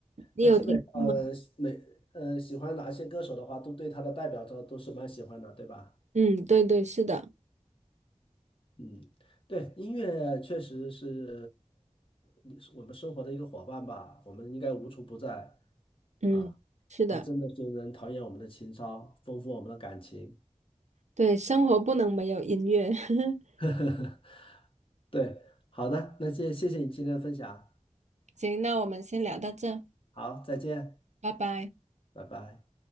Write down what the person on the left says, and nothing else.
那基本上呃每呃喜欢哪些歌手的话，都对他的代表作都是蛮喜欢的，对吧？
嗯，对，音乐确实是呃我们生活的一个伙伴吧，我们应该无处不在。
啊，
他真的是能陶冶我们的情操，丰富我们的感情。
<laughs> 呵呵呵，对，好的，那谢谢谢你今天的分享，
好，再见，
拜拜。